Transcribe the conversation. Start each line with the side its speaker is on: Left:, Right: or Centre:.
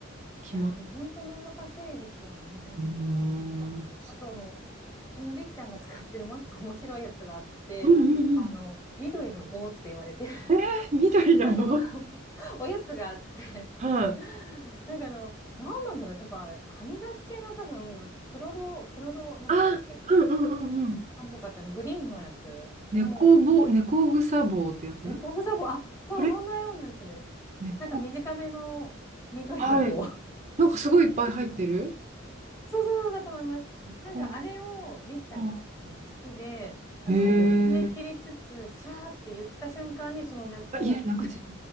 Right: 決まっ
Left: いや、でも本当難しいですよね。
Right: うーん。
Left: なんか、
Right: うん
Left: あとあの、そのりっちゃんが使ってるもう一個面白いやつがあって、
Right: うんうん。
Left: あの、緑の棒って言われてる、<laughs>
Right: えー、緑の棒。
Left: なんかおやつがあって、
Right: はい。
Left: <laughs> なんかあの、何なんだろう、多分あれ、歯磨き系の多分、なんかクロロ、クロロなんとかでしたっけあの
Right: あ、うんうんうんうん。
Left: なんとかってあの、グリーンのやつの、
Right: 猫ぼ、猫草棒ってやつ
Left: ね、工具サボ、あ、そう、
Right: これ
Left: そんなようなやつです。
Right: 猫。
Left: なんか短めの緑の棒
Right: はい。なんかすごいいっぱい入ってる。
Left: そうそうだと思います。なんかあれをりっちゃんがあの好きで、
Right: こう。う
Left: あの爪切りつつ、
Right: ん。へえ。
Left: シャーって言った瞬間に、その猫、
Right: あ、家なくち。